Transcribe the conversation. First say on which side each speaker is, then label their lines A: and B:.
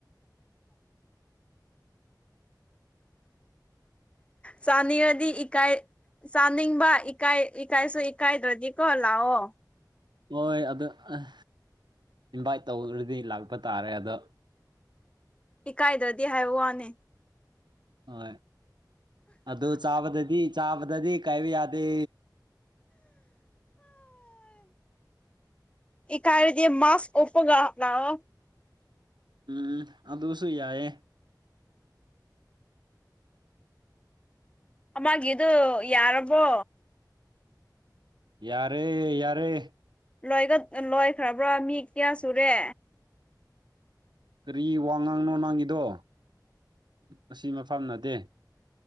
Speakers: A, on the right; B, on the left.
A: <inaudible>
B: ꯆꯥꯅꯤꯡꯉꯗꯤ ꯏꯀꯥꯏ ꯆꯥꯅꯤꯡꯕ ꯏꯀꯥꯏ ꯏꯀꯥꯏꯁꯨ ꯏꯀꯥꯏꯗ꯭ꯔꯗꯤꯀꯣ ꯂꯥꯛꯑꯣ
A: ꯍꯣꯏ ꯑꯗꯣ ꯑꯥ ꯏꯟꯚꯥꯏꯠ ꯇꯧꯗ꯭ꯔꯗꯤ ꯂꯥꯛꯄ ꯇꯥꯔꯦ ꯑꯗꯣ
B: ꯏꯀꯥꯏꯗ꯭ꯔꯗꯤ ꯍꯥꯏꯕ ꯋꯥꯅꯦ
A: ꯍꯣꯏ ꯑꯗꯨ ꯆꯥꯕꯗꯗꯤ ꯆꯥꯕꯗꯗꯤ ꯀꯥꯏꯕ ꯌꯥꯗꯦ
B: ꯏꯀꯥꯏꯔꯗꯤ ꯃꯥꯛꯁ ꯀꯨꯞꯄꯒ ꯂꯥꯛꯑꯣ
A: ꯎꯝ ꯑꯗꯨꯁꯨ ꯌꯥꯏꯌꯦ
B: ꯑꯃꯒꯤꯗꯨ ꯌꯥꯔꯕꯣ
A: ꯌꯥꯔꯦ ꯌꯥꯔꯦ
B: ꯂꯣꯏꯒ ꯂꯣꯏꯈ꯭ꯔꯕ꯭ꯔꯥ ꯃꯤ ꯀꯌꯥ ꯁꯨꯔꯦ
A: ꯀꯔꯤ ꯋꯥꯉꯥꯡꯅꯣ ꯅꯪꯒꯤꯗꯣ ꯑꯁꯤ ꯃꯐꯝ ꯅꯠꯇꯦ